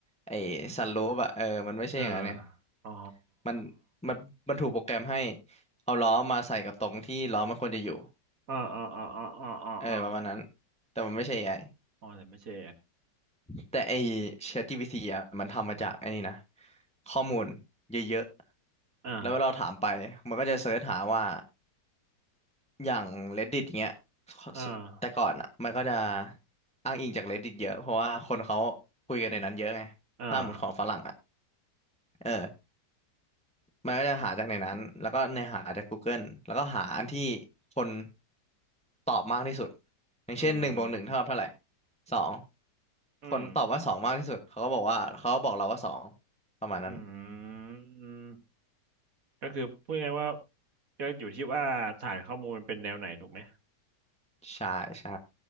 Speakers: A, in the centre; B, on the right (about 55°).
A: ไอสันลูปอะเออมันไม่ใช่อย่างนั้นเนี่ย
B: เอออ๋อ
A: มันมันมันถูกโปรแกรมให้เอาล้อมาใส่กับตรงที่ล้อมันควรจะอยู่
B: อ๋ออ๋ออ๋ออ๋ออ๋ออ๋อ
A: เออประมาณนั้นแต่มันไม่ใช่เอไ i
B: อ๋อแต่ไม่ใช่
A: แต่ไอ ChatGPT อะมันทำมาจากไอ้นี่นะข้อมูลเยอะๆแล้วเวลาเราถามไปมันก็จะเสิร์ชหาว่า
B: อ่า
A: อย่าง Reddit อย่างเงี้ย
B: อ่า
A: แต่ก่อนอ่ะมันก็จะอ้างอิงจาก Reddit เยอะเพราะว่าคนเขาคุยกันในนั้นเยอะไงถ้าหมุดของฝรั่งอ่ะ
B: อ่า
A: เออมันก็จะหาจากในนั้นแล้วก็ในหาจาก Google แล้วก็หาอันที่คนตอบมากที่สุดอย่างเช่นหนึ่งบวกหนึ่งเท่ากับเท่าไหร่
B: อืม
A: สอง
B: อืม
A: คนตอบว่าสองมากที่สุดเขาก็บอกว่าเขาก็บอกเราว่าสองประมาณนั้น
B: อืมก็คือพูดง่ายๆว่าก็อยู่ที่ว่าฐานข้อมูลมันเป็นแนวไหนถูกไหม
A: ใช่ใช่